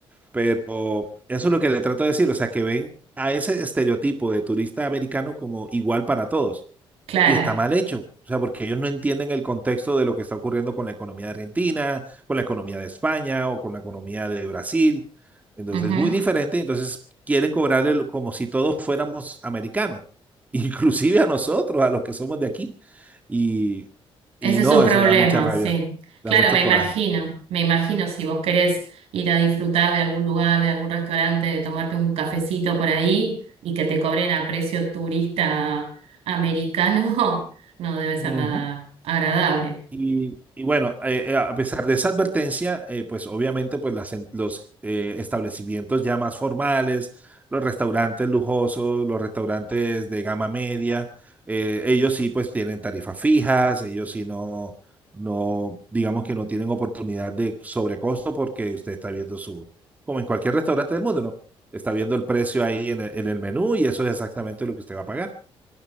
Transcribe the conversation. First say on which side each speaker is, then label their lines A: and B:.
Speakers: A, on the right; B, on the right.
A: Pero eso es lo que le trato de decir, o sea, que ven a ese estereotipo de turista americano como igual para todos
B: claro.
A: y está mal hecho. O sea, porque ellos no entienden el contexto de lo que está ocurriendo con la economía de Argentina, con la economía de España o con la economía de Brasil. Entonces,
B: Ujú.
A: muy diferente. Entonces, quieren cobrarle lo- como si todos fuéramos americanos, <laughs> inclusive a nosotros, a los que somos de aquí. Y, y
B: Ese
A: no,
B: es su problema,
A: eso da mucha rabia,
B: sí.
A: da
B: Claro,
A: mucho
B: me
A: coraje.
B: imagino, me imagino si vos querés ir a disfrutar de algún lugar, de algún restaurante, de tomarte un cafecito por ahí y que te cobren a precio turista americano, <laughs> no debe ser
A: Ujú.
B: nada agradable.
A: Y, y bueno, eh, eh, a pesar de esa advertencia, eh, pues obviamente pues las en- los eh, establecimientos ya más formales, los restaurantes lujosos, los restaurantes de gama media, eh, ellos sí pues tienen tarifas fijas, ellos sí no, no, digamos que no tienen oportunidad de sobrecosto porque usted está viendo su, como en cualquier restaurante del mundo, ¿no? Está viendo el precio ahí en el, en el menú y eso es exactamente lo que usted va a pagar.